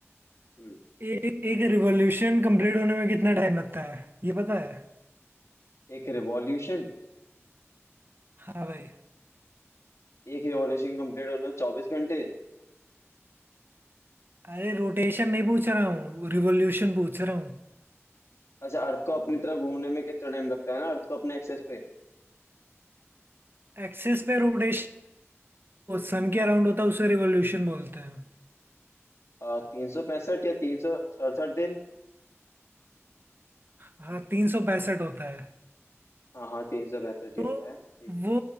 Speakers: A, on the left; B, on the right.
A: हम्म।
B: एक एक रिवोल्यूशन कंप्लीट होने में कितना टाइम लगता है ये पता है
A: एक रिवॉल्यूशन
B: हाँ भाई
A: एक रिवॉल्यूशन कंप्लीट होने में चौबीस घंटे
B: अरे रोटेशन नहीं पूछ रहा हूँ रिवोल्यूशन पूछ रहा हूँ
A: अच्छा अर्थ को अपनी तरफ घूमने में कितना टाइम लगता है ना अर्थ को अपने एक्सेस पे
B: एक्सिस पे रोटेशन सन के अराउंड होता है उसे रिवोल्यूशन बोलते हैं
A: तीन सौ पैंसठ या तीन सौ सड़सठ दिन
B: हाँ तीन सौ पैंसठ होता है
A: हाँ हाँ तीन सौ पैंसठ ही
B: तो
A: होता है ठीक है
B: वो